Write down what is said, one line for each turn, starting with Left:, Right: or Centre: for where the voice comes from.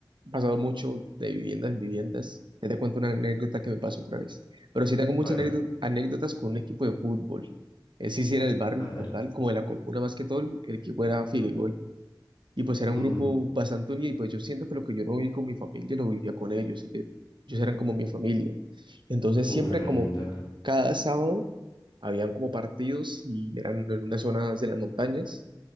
Right: he pasado mucho de viviendas en viviendas. Ya te cuento una anécdota que me pasó otra vez. Pero sí tengo muchas
Left: A ver.
Right: anécdo- anécdotas con un equipo de fútbol. Ese sí era el barrio
Left: A ver.
Right: como tal, como de la Colmuna más que todo, el equipo era Figueroa Y pues era un
Left: Ujú.
Right: grupo bastante unido y pues yo siento que lo que yo no viví con mi familia lo vivía con ellos. Ellos, ellos eran como mi familia. Entonces siempre
Left: Uf, re
Right: como
Left: lindo.
Right: cada sábado habían como partidos y eran en unas zonas de las montañas